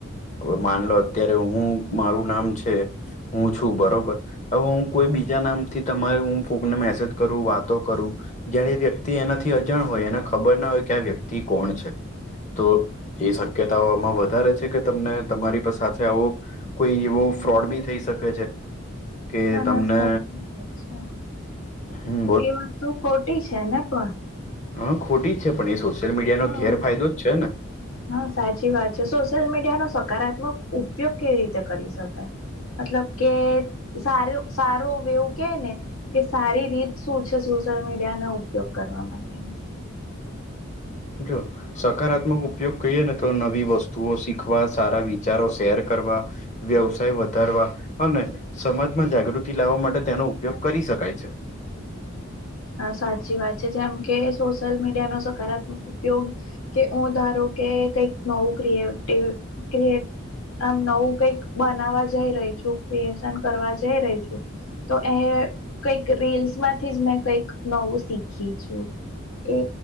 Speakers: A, on the left; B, on the left.
A: અવ માનલો અત્યારે હું મારું નામ છે હું છું બરોબર હવે હું કોઈ બીજા નામથી તમારે હું કોકને મેસેજ કરું, વાતો કરું જ્યારે વ્યક્તિ એનાથી અજાણ હોય એને ખબર ના હોય કે આ વ્યક્તિ કોણ છે. તો એ શક્યતાઓ આમાં વધારે છે કે તમને તમારી સાથે આવો કોઈ એવો ફ્રોડ બી થઈ શકે છે. કે
B: <unintelligible>
A: તમને
B: છે
A: હમ
B: એ વાત તો ખોટી છે, ને પણ
A: હ ખોટી જ છે પણ એ સોશિયલ મીડિયાનો
B: હા
A: ગેર ફાયદો જ છે ને?
B: હા, સાચી વાત છે સોશિયલ મીડિયાનો સકારાત્મક ઉપયોગ કેવી રીતે કરી શકાય? મતલબ કે સાર સારો એવું કે ને? કે સારી રીત શું છે સોશિયલ મીડિયાનો ઉપયોગ કરવા માટે?
A: જો સકારાત્મક ઉપયોગ કહીએ ને તો નવી વસ્તુઓ શીખવા, સારા વિચારો શેર કરવા વ્યવસાય વધારવા અને સમાજમાં જાગૃતિ લાવવા માટે તેનો ઉપયોગ કરી શકાય છે.
B: હા સાચી વાત છે જેમ કે સોશિયલ મીડિયાનો સકારાત્મક ઉપયોગ કે હું ધારો કે કઈક નવું ક્રિએટી ક્રિ આમ નવું કઈક બનાવવા જઈ રહી છું ક્રિએશન કરવા જઈ રહી છું. તો એ કઈક રીલ્સમાંથી જ મેં કંઈક નવું શીખી છું. એ